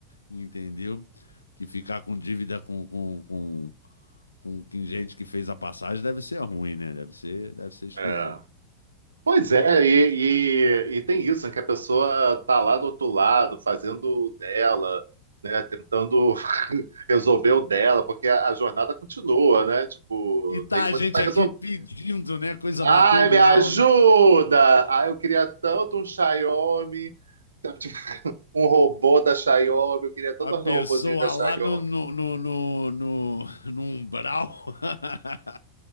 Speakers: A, on the left; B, on the right.
A: entendeu? Que ficar com dívida com, com, com, com quem- gente que fez a passagem deve ser ruim, né? Deve ser, deve ser esquisito.
B: É. Pois é, e, e- e tem isso, né, que a pessoa tá lá do outro lado, fazendo o dela, né, tentando <laughs> resolver o dela, porque a, a jornada continua, né? Tipo,
A: E tá
B: tem
A: a
B: coisa
A: gente
B: para
A: aqui
B: resolver.
A: pedindo, né? Coisa
B: Ai,
A: material,
B: me ajuda!
A: né?
B: Ai, eu queria tanto um Xiaomi, sabe, tipo, um robô da Xiaomi, eu queria tanto
A: A pessoa
B: um robôzinho da Xiaomi.
A: lá no, no, no, no, no- no umbral <laughs>